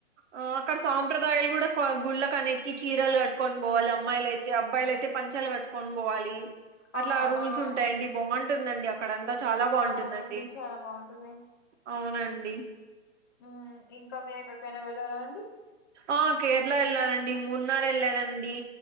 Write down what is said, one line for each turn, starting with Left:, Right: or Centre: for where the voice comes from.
Right: ఆ అక్కడ సాంప్రదాయాలు కూడా గుళ్ళకు అన్నిటికి చీరలు కట్టుకొని పోవాలి అమ్మాయిలు అయితే అబ్బాయిలు అయితే పంచాలు కట్టుకొని పోవాలి అట్లా
Left: ఆ
Right: రూల్స్
Left: ఆ
Right: ఉంటాయిడి బాగుంటుందండి. అక్కడంత చాలా బాగుంటుందండి
Left: అవునండి చాలా బాగుంటుంది
Right: అవునండి
Left: ఉమ్మ్ ఇంకా మీరెక్కడికైనా వెళ్ళారా అండి
Right: ఆ కేరళ ఎళ్ళానండి మూన్నార్ ఎళ్ళానండి